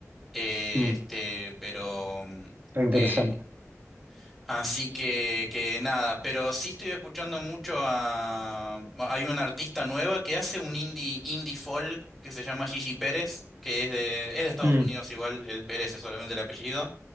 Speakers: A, in the centre; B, on the right.
A: eh,
B: mm,
A: este, pero
B: es interesante.
A: eh, Así que, que nada, pero sí estoy escuchando mucho a... bueno, Hay una artista nueva que hace un indie, indie folk que se llama Gigi Pérez, que es de, es de Estados
B: Mm,
A: Unidos igual, el Pérez es solamente el apellido,